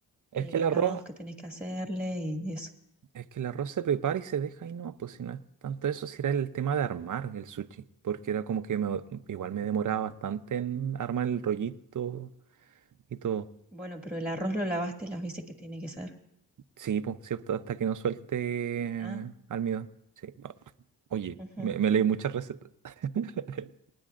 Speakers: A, on the right (about 45°); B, in the centre.
A: Es
B: eh,
A: que el
B: los
A: arroz,
B: lavados que tenés que hacerle y eso.
A: es que el arroz se prepara y se deja y no, pues si no es tanto eso, si era el tema de armar el sushi, porque era como que me- igual me demoraba bastante en armar el rollito y todo.
B: Bueno, pero el arroz lo lavaste las veces que tiene que ser.
A: Sí, pues, sí, hasta que no suelte
B: Ah,
A: almidón. Sí. Oye,
B: ujú.
A: me, me leí muchas recetas. <laughs>